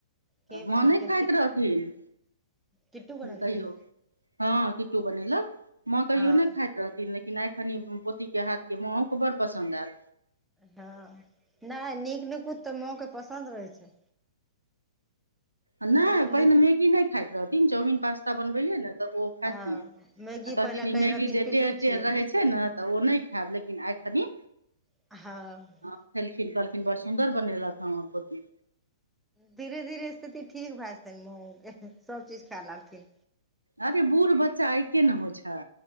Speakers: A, in the centre; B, on the right.
A: के बनेलखिन
B: माँ नै खाइत रहथिन
A: किट्टू बनेलखिन
B: कहियो हाँ किट्टू बनेलक माँ कहियो
A: हँ
B: नहि खाइत रहथिन लेकिन आइखनि पोतीके हाथके माँओके बड्ड पसन्द आएल
A: हाँ नहि नीक नकुत तऽ माँके पसन्द रहै छै
B: नहि
A: कोनो
B: पहिने
A: नीक
B: मैगी नहि खाइत रहथिन चाउमिन पास्ता बनबैयै न तऽ ओ
A: हँ
B: खाथिन
A: मैगी
B: आ कहथिन
A: पहिले कहै
B: मैगी
A: रहथिन
B: जे
A: पिल्लू
B: टेढ़
A: छियै
B: टेढ़ रहै छै ने तऽ ओ नहि खायब लेकिन आइखनि
A: हाँ
B: हाँ खेलखिन कहलखिन बड़ सुन्दर बनेलक हँ हमर पोती
A: धीरे धीरे स्थिति ठीक भए जेतै माँअ के सबचीज खायए लगथिन
B: अरे बूढ़ बच्चा ऐके न होइ छै